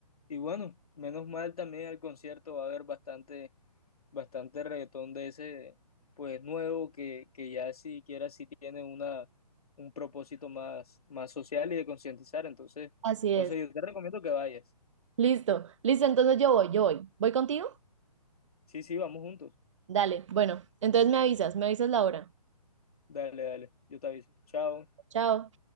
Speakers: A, on the left; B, on the right.
A: Y bueno, menos mal también al concierto va a haber bastante, bastante reggaetón de ese, pues nuevo, que, que ya siquiera sí tiene una, un propósito más, más social y de concientizar. Entonces,
B: Así
A: no
B: es.
A: sé, yo te recomiendo que vayas.
B: Listo, listo, entonces yo voy, yo voy. ¿Voy contigo?
A: Sí, sí, vamos juntos.
B: Dale, bueno, entonces me avisas, me avisas la hora.
A: Dale, dale, yo te aviso. Chao.
B: Chao.